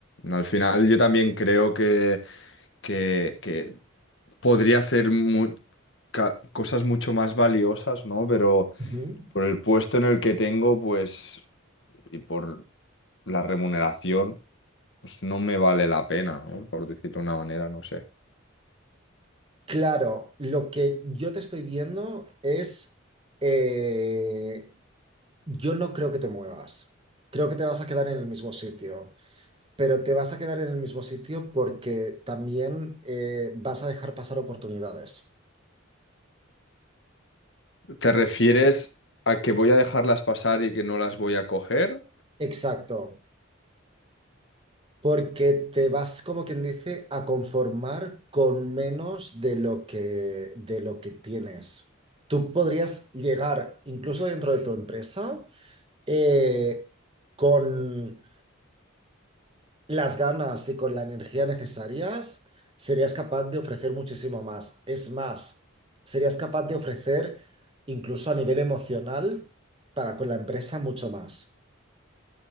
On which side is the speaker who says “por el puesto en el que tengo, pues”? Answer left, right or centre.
Left